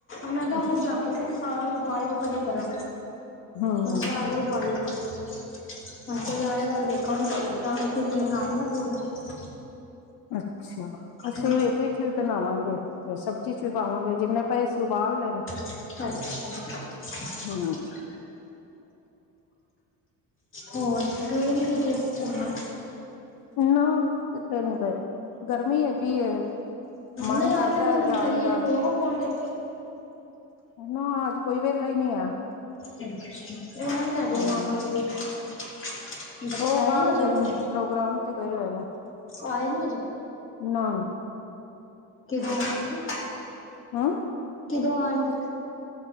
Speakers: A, on the left; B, on the left.
A: ਮੈ ਕਿਹਾ
B: ਅੱਛਾ
A: ਮੁਰਝਾਂਦੇ ਆਲੂ ਉਬਾਲ ਕੇ, ਪਰੇ ਕਰਾ
B: ਹਾਂ,
A: ਮੈ ਸਾਰੇ ਉਬਾਲ ਲਏ ਸੀ। ਹੁਣ ਕੋਈ
B: ਅੱਛਾ।
A: ਆਏਗਾ, ਤੇ ਵੇਖ ਗੀ ਰੋਟੀ ਬਣਾ ਕੇ ਨਾ ਥੋੜੀ, ਜਈ
B: ਅੱਛਾ ਅਸੀਂ
A: ਹਮ,
B: ਵੀ, ਪੀਠੀ ਬਣਾਵਾਂਗੇ। ਤੇ ਸਬਜ਼ੀ ਚ, ਵੀ ਪਾਵਾਂਗੇ। ਜਿਨੇ ਪਏ ਸੀ ਉਬਾਲ ਲੈ।
A: ਅਛਾ।
B: ਹੂੰ,
A: ਹੋਰ, ਗਏ ਨੀ ਕਿਧਰੇ ਘੁੰਮਣ?
B: ਨਾ, ਕਿਧਰੇ ਨਹੀਂ ਗਏ, ਗਰਮੀ ਏਡੀ ਏ ਮਨ
A: ਨਈ
B: ਕਰਦਾ
A: ਅੱਜ, ਮੌਸਮ
B: ਜਾਣ
A: ਸਹੀ
B: ਦਾ
A: ਹੈ। ਹੋ ਆਵਾ ਪਾਉਂਟੇ?
B: ਨਾ, ਅਸੀਂ ਕੋਈ ਵਿਹਲਾ ਨਈ ਹੈ।
A: ਇਹਨੂੰ ਲੈ ਜਾਓ,
B: ਹੂੰ,
A: ਮਾਮਾ ਜੀ ਨੂੰ ਬੱਚੋ,
B: ਉਹ
A: ਆਈ
B: ਬਾਹਰ
A: ਨਈ ਅਜੇ
B: ਗਏ
A: ਉਥੋ,
B: ਨੇ ਪ੍ਰੋਗਰਾਮ ਤੇ ਗਏ ਹੋਏ ਨੇ
A: ਆਏ ਨੀ ਅਜੇ
B: ਨਾ ਈ
A: ਕਿਦਾ ਕੀ
B: ਹਾ ਆਂ
A: ਕਿਦੋਂ, ਆਉਣਗੇ?